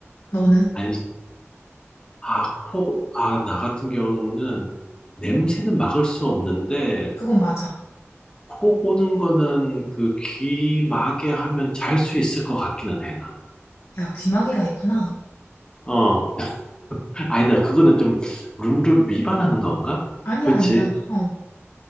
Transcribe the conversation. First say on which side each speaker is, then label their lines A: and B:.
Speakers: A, on the left (about 75°); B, on the left (about 20°).
A: 너는?
B: 아니, 아, 코, 아, 나 같은 경우는 냄새는 막을 수 없는데
A: 그건 맞아.
B: 코 고는 거는 그 귀마개 하면 잘 수 있을 것 같기는 해, 나는.
A: 야, 귀마개가 있구나.
B: 어. 아니다, 그거는 좀 룰을 위반하는 건가?
A: 아니야,
B: 그치?
A: 아니야. 어.